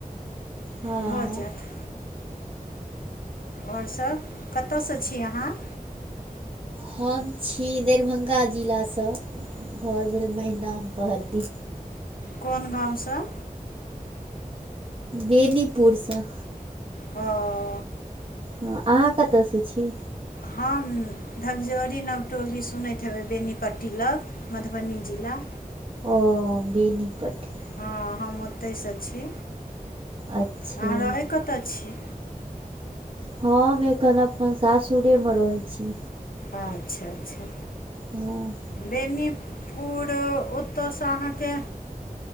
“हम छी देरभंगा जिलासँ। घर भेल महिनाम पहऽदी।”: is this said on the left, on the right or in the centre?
Right